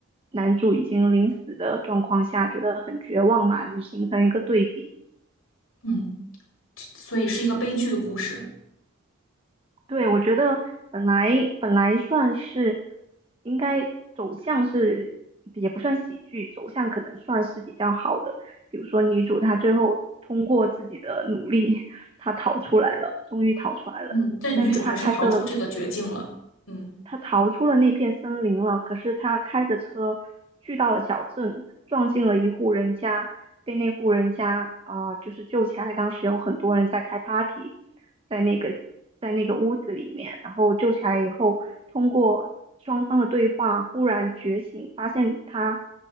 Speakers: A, on the right (about 25°); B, on the left (about 85°).
A: 男主已经临死的状况下，觉得很绝望嘛，就形成一个对比。
B: 嗯，所以是一个悲剧的故事。
A: 对，我觉得本来本来算是应该走向是也不算喜剧，走向可能算是比较好的。比如说女主她最后通过自己的努力，她逃出来了，终于逃出来了，
B: 嗯，但女主还是逃出这个绝境了。
A: 但是她开车的
B: 嗯
A: 他逃出了那片森林了，可是他开着车去到了小镇，撞进了一户人家，被那户人家啊、呃就是救起来。当时有很多人在开 party，在那个在那个屋子里面，然后救起来以后，通过双方的对话，忽然觉醒，发现他